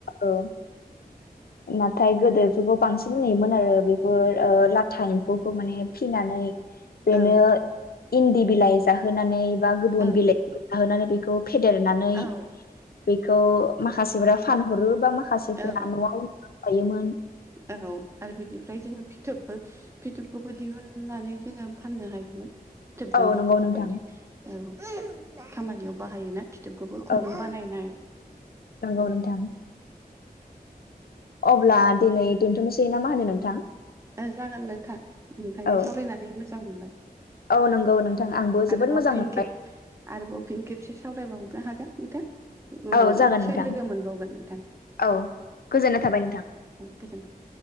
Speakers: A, on the left; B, on the right.
A: औ नाथाय गोदोफोरखौ बांसिन नुयोमोन आरो बेफोर लाथा एम्फौखौ माने फिनानै बेनो
B: औ
A: इन्दि बिलाइ जाहोनानै बा गुबुन
B: औ
A: बिलाइ जाहोनानै बेखौ फेदेरनानै
B: औ
A: बेखौ माखासेफ्रा फानहरो बा माखासेफ्रा
B: औ
A: न'आव थायोमोन
B: औ आरो बिनिफ्राय जोंङो फिन फिथोबबो फिथोबखौबो दिहुननानै जोंङो फाननो हायोमोन फिथोबजोंबो
A: औ नंगौ
B: बुहुत
A: नोंथां
B: बायदि औ खामानियाव बाहायोना फिथोबखौबो खुन्दुं
A: औ
B: बानायनाय
A: नंगौ नोंथां अब्ला दिनै दोन्थ'नोसै ना मा होनो नोंथां
B: जागोन नोंथां नोंथांजों
A: औ
B: सावरायनानै मोजां मोनबाय
A: औ नंगौ नोंथां आंबो
B: आरोबाव
A: जोबोद मोजां
B: फिन
A: मोनबाय
B: खेब आरोबाव फिन खेबसे सावरायबावनो हागोन नोंथां उनाव
A: औ जागोन
B: निसय
A: नोंथां
B: लोगो मोनबावगोन नोंथां
A: औ गोजोननाय थाबाय नोंथां
B: औ गोजोनबाय